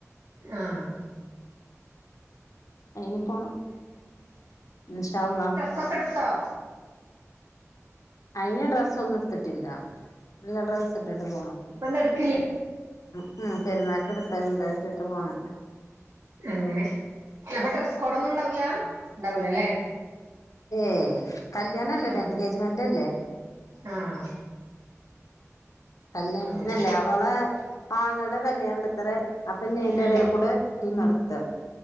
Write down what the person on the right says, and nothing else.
ആഹ്!
സൊക്കെട്ത്തോ?
പ്പൊ ന്തെട്ക്കില്ല്യെ.
അങ്ങനെ അപ്പൊ ഡ്രസ്സ് കോടൊന്നുംണ്ടാവൂലാ,
ണ്ടാവൂലല്ലേ.
ഉം
ആഹ്
അങ്ങനെ
ഉം